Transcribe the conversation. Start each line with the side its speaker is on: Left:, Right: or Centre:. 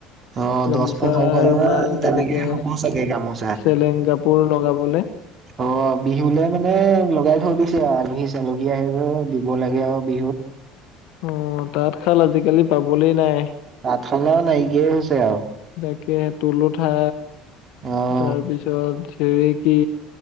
Right: অ
Left: গামোচা
Right: দহ পোন্ধৰখন
Left: ৰুমাল
Right: মান
Left: তেনেকে,
Right: হ'ব চাগে গামোচা
Left: চেলেং কাপোৰ লগাবলে। <inaudible>
Right: অ বিহুলে মানে লগাই থৈ দিছে আলহী চালকী আহিলে দিব লাগে আৰু বিহুত।
Left: অ তাঁতশাল আজিকালি পাবলেই নাই।
Right: তাঁঠশালা নাইকিয়াই হৈছে আৰু।
Left: তাকে তুলোঠা,
Right: অ',
Left: তাৰপিছত চেৰেকী